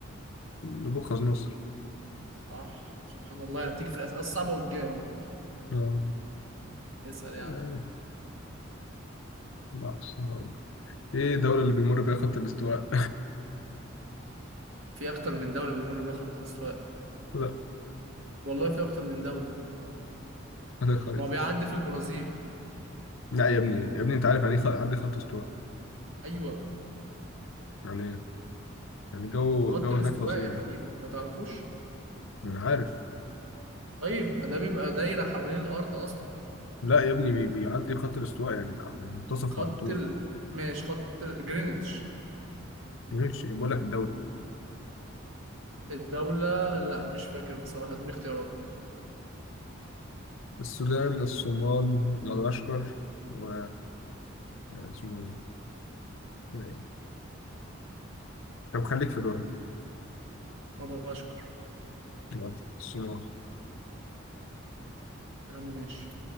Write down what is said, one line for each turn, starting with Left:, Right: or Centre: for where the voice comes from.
Left: نبوخذ نصر
Right: صح سبحان الله يعني بتيجي في الأسئلة الصعبة وتجاوب
Left: آه.
Right: اسأل يا
Left: آه،
Right: عم
Left: لحظة هقول. إيه الدولة اللي بيمر بيها خط الاستواء؟
Right: في أكتر من دولة بيمر بيها خط الاستواء
Left: <laughs> لا
Right: والله في أكتر من دولة
Left: هذه الخريطة
Right: ما هو بيعدي في البرازيل
Left: لا يا ابني يا ابني أنت عارف يعني إيه خ- عدي خط استواء
Right: أيوه
Left: يعني إيه؟ يعني الجو
Right: خط
Left: الجو
Right: الاستواء
Left: هناك فظيع
Right: يا حبيبي أنت ما تعرفوش؟
Left: أنا عارف
Right: طيب ما ده بيبقى دايرة حوالين الأرض أصلا
Left: لا يا ابني بي- بيعدي خط الاستواء يعني يعني منتصف
Right: خط
Left: على طول
Right: ال... ماشي خط ال- جرينتش
Left: غير شيء بقول لك الدولة
Right: الدولة لا مش فاكر بصراحة اديني اختيارات
Left: السودان الصومال مدغشقر و اسمه إيه؟ طب خليك في دولها
Right: مدغشقر
Left: الأرض، الصومال
Right: يا عم ماشي